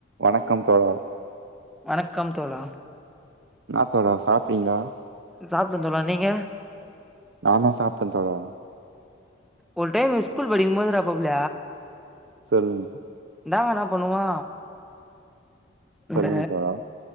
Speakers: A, on the right; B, in the centre.
A: வணக்கம் தோழா
B: வணக்கம் தோழா
A: ன்னா தோழா சாப்டீங்ளா
B: சாப்ட தோழா நீங்க
A: நா தா சாப்ட தோழா
B: ஒரு டைம்ல ஸ்கூல் படிக்கு போதுடா பப்ல
A: சொல்லுங்க
B: ன்னா வேணா பண்ணுவா இந்த
A: சொல்லுங்க தோழா